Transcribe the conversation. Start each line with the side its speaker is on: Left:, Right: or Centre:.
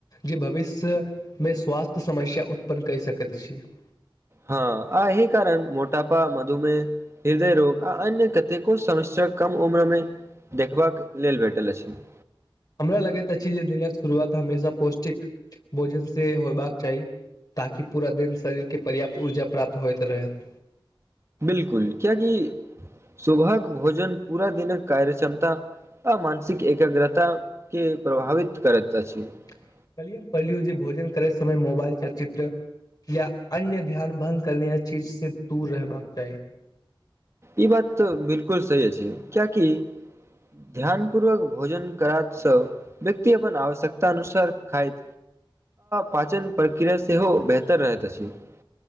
Left: जे भविष्यमे स्वास्थ्य समस्या उत्पन्न कहि सकैत छी। <unintelligible>
Right: हँ आ एहि कारण मोटापा मधुमेह हृदय रोग आ अन्य कतेको समस्या कम उम्रमे देखबाक लेल भेटल अछि। <unintelligible>
Left: हमरा लगैत अछि जे दिनक शुरुआत हमेशा पौष्टिक भोजन से होयबाक चाही ताकि पूरा दिन शरीरके पर्याप्त ऊर्जा प्राप्त होइत रहैत। <unintelligible>
Right: बिलकुल क्यकि। <unintelligible> सुबहक भोजन पूरा दिनक कार्य क्षमता आ मानसिक एकाग्रता के प्रभावित करैत अछि। <unintelligible>
Left: कहलिय हम पढ़लियौ जे भोजन करैत समय मोबाइल चलचित्र या अन्य ध्यान भ्ंग करने य चीज से दूर रहबाक चाही। <unintelligible>
Right: ई बात तऽ बिलकुल सही छै क्यकि। <unintelligible> ध्यान। <unintelligible> पूर्वक भोजन करा सब व्यक्ति अपन आवश्यकता अनुसार खाइत। <unintelligible> पाचन प्रक्रिया सेहो बेहतर रहैत अछि। <unintelligible>